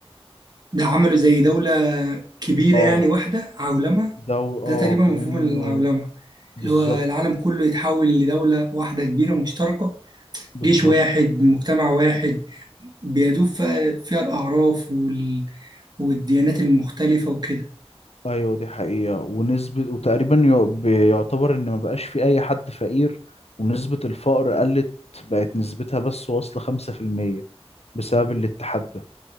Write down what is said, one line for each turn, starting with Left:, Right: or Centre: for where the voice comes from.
Right: ده عملوا زي دولة كبيرة
Left: اه
Right: يعني واحدة عولمة
Left: ده
Right: ده
Left: اه
Right: تقريبا مفهوم
Left: كأنه
Right: العولمة
Left: بالظبط
Right: اللي هو العالم كله يتحول لدولة واحدة كبيرة مشتركة
Left: بالظبط
Right: جيش واحد مجتمع واحد بيدوب فيها فيها الأعراف وال... والديانات المختلفة وكده
Left: ايوه دي حقيقة ونسبة وتقريبا يع- بيعتبر ان ما بقاش في اي حد فقير ونسبة الفقر قلت بقت نسبتها بس واصلة خمسة في المية بسبب الاتحاد ده